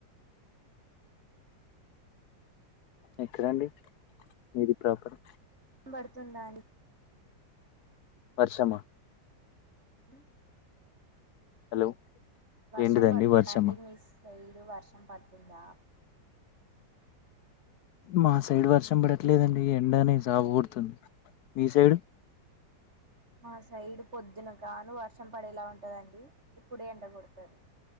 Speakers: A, on the left (about 70°); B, on the right (about 35°).
A: ఎక్కడండి మీది ప్రాపరు
B: బడుతుందండి
A: వర్షమా
B: మ్మ్
A: హలో
B: వర్షం
A: ఏంటిదండి
B: పడుతద
A: వర్షమా
B: అండి మీ సైడ్ వర్షం పడుతుందా
A: మా సైడ్ వర్షం పడట్లేదండి ఎండనే సావ కొడుతుంది మీ సైడు
B: మా సైడు పొద్దున కాను వర్షం పడేలా ఉంటదండి ఇప్పుడే ఎండకొడుతది